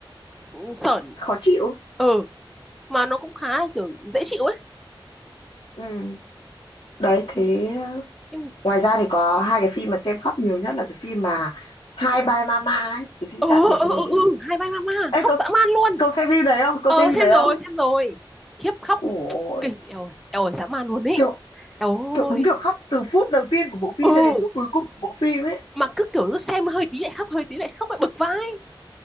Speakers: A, in the centre; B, on the left.
A: ừ, sởn
B: khó chịu
A: ừ mà nó cũng khá là kiểu dễ chịu ấy
B: ừ đấy thế ờ,
A: Nhưng-
B: ngoài ra thì có hai cái phim mà xem khóc nhiều nhất là cái phim mà Hi Bye Mama ấy cái phim
A: ừ
B: tạm biệt
A: ừ
B: mẹ
A: ừ,
B: ấy.
A: ừ. hai ba ma ma
B: Ê,
A: khóc
B: cậu
A: dã man luôn
B: cậu xem phim đấy không cậu
A: ờ
B: xem phim
A: xem
B: đấy
A: rồi
B: không
A: xem rồi khiếp khóc
B: ủa ôi,
A: kinh eo ơi eo ơi dã man luôn ý
B: kiểu
A: eo
B: kiểu đúng
A: ơi
B: kiểu khóc từ phút đầu tiên của bộ phim
A: ừ
B: cho đến phút cuối cùng của bộ phim ấy
A: mà cứ kiểu cứ xem hơi tí lại khóc hơi tí lại khóc lại bực vai